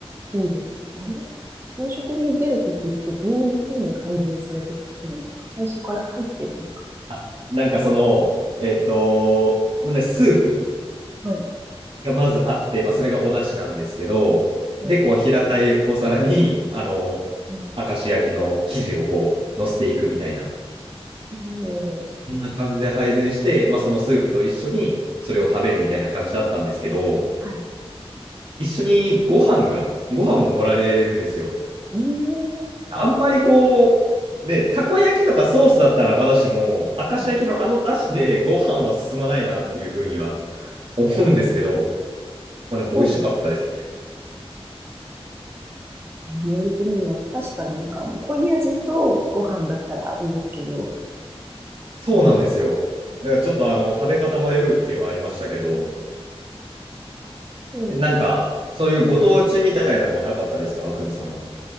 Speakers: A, on the right; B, on the right.
A: いいですね。あれ給食に出るときってどういうふうに配膳されてくるんですか最初から入ってるんですか
B: あなんかその、えっと、まあね、スープ
A: はい。
B: がまずあって、まあ、それがお出汁なんですけど、
A: はい。
B: で、こう、平たいお皿に、あの、
A: うん。
B: 明石焼きの生地をこう、乗せていくみたいな、
A: おー。
B: そんな感じで配膳して、まあ、そのスープと一緒にそれを食べるみたいな感じだったんですけど、
A: はい。はい
B: 一緒にご飯が、ご飯も盛られるんですよ。
A: うーん。
B: あんまりこう、で、たこ焼きとかソースだったらまだしも、明石焼きのあの出汁でご飯は進まないなっていうふうには
A: はい。
B: 思うんですけど、まあでも美味しかったです。
A: そうですね。言われてみれば確かになんかあの濃い味とご飯だったらいいですけど、
B: そうなんですよ。
A: うん。
B: だからちょっとあの食べ方迷うっていうのはありましたけど、
A: うん、
B: なんかそういうご当地みたいなのはなかったですか、あくみさんは。